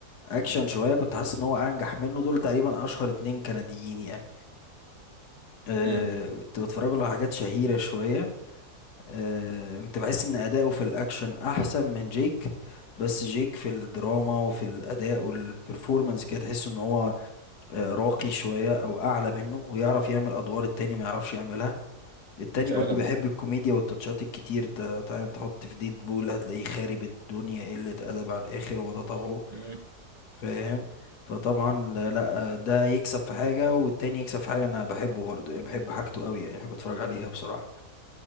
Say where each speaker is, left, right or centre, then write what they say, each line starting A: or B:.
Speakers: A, on the left; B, on the right.
A: اكشن شوية كنت حاسس ان هو انجح منه دول تقريبا اشهر اتنين كنديين يعني آه،
B: امم
A: كنت بتفرج له على حاجات شهيرة شوية آه، كنت بحس ان اداؤه في الاكشن احسن من جيك بس جيك في الدراما وفي الاداء والبرفورمانس كده تحس ان هو آه، راقي شويه او اعلى منه ويعرف يعمل ادوار التاني ما يعرفش يعملها التاني
B: فعلا
A: برضو بيحب الكوميديا والتاتشات الكتير ت- تعالى تحط في ديد بول هتلاقيه خارب الدنيا قلة أدب على الآخر هو ده طبعه
B: مم.
A: فاهم فطبعا آه، لا آه، ده يكسب في حاجة والتاني يكسب في حاجة أنا بحبه برضو يعني بحب حاجته قوي يعني بحب أتفرج عليها بصراحة